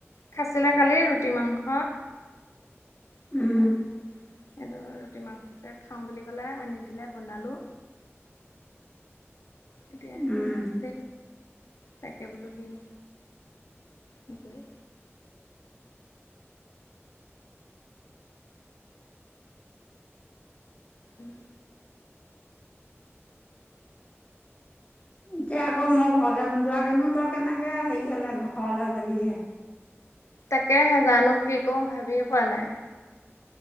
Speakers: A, on the left (about 80°); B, on the left (about 30°).
A: খাছিলে কালি ৰুটি মাংস, তাৰাপা
B: উম।
A: সে ৰুটি মাংসকে খাওঁ বুলি কলে আনি দিলে বনালো। এতিয়া
B: উম,
A: সে আছে। তাকে বোলো দিম কি কৰি। উম
B: এতিয়া আকৌ মই ঘৰলে নোযোৱাকৈ নো তই কেনেকে হেৰি হলে ঘৰলে যাবিগে।
A: তাকে জানো কি কৰোঁ ভাবিয়ে পোৱা নাই।